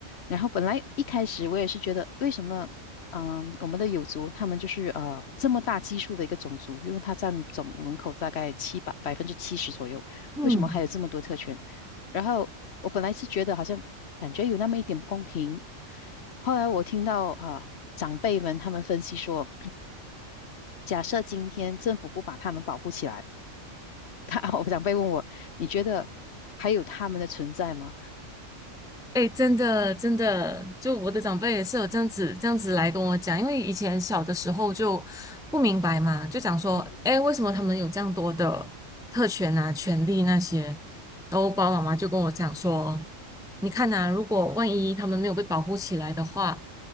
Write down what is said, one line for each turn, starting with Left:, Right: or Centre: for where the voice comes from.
Left: 然后本来一开始我也是觉得，为什么，嗯，我们的友族他们就是呃这么大基数的一个种族，因为它占总人口大概七百百分之七十左右，
Centre: 嗯。
Left: 为什么还有这么多特权？然后我本来是觉得好像感觉有那么一点不公平，后来我听到啊、长辈们他们分析说，假设今天政府不把他们保护起来，他 <laughs> 我长辈问我，你觉得还有他们的存在吗？
Centre: 哎，真的，真的，就我的长辈也是有这样子这样子来跟我讲，因为以前小的时候就不明白嘛，就讲说，
Left: <laughs>
Centre: 哎，为什么他们有这样多的特权啊、权利那些？然后我爸爸妈妈就跟我讲说，你看呐、如果万一他们没有被保护起来的话，